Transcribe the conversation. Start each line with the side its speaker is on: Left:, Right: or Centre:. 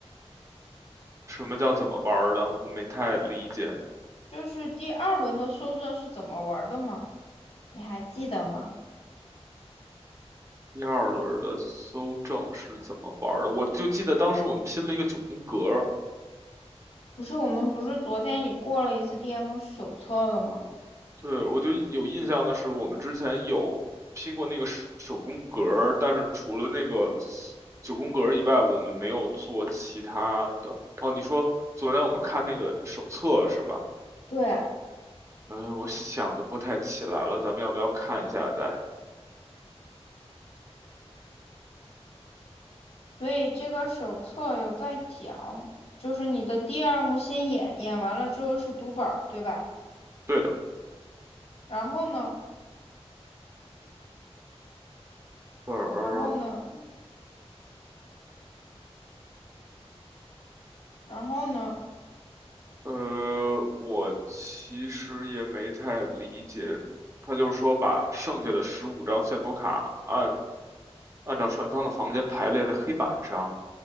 Right: 什么叫怎么玩儿的？我没太理解。
Left: 就是第二轮的搜证是怎么玩的吗？你还记得吗？
Right: 第二轮的搜证是怎么玩儿的？我就记得当时我们拼了一个九宫格儿
Left: 不是我们不是昨天你过了一次 DM 手册了吗？
Right: 对，我就有印象的是，我们之前有拼过那个手手工格儿但是除了那个 s- 九宫格儿以外，我们没有做其他的。哦，你说昨天我们看那个手册是吧？
Left: 对，
Right: 嗯，我想的不太起来了，咱们要不要看一下再？
Left: 所以这个手册有在讲，就是你的第二幕先演，演完了之后是读本对吧？
Right: 对的，
Left: 然后呢，
Right: 本儿，
Left: 然后呢，然后呢，
Right: 呃，我其实也没太理解，他就说把剩下的十五张线索卡按按照船舱的房间排列在黑板上，